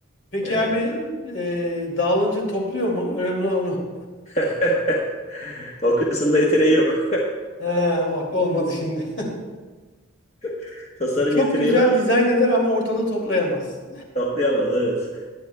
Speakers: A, on the left; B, on the left.
A: Peki
B: E,
A: abi e, dağılınca topluyor mu? Önemli olan o.
B: <laughs> o kısımda yeteneği yok.
A: Ha, bak olmadı şimdi.
B: <laughs>
A: <laughs>
B: Tasarım
A: Çok
B: yeteneği
A: güzel
B: var.
A: dizayn eder ama ortalığı toplayamaz.
B: Atlayamaz evet.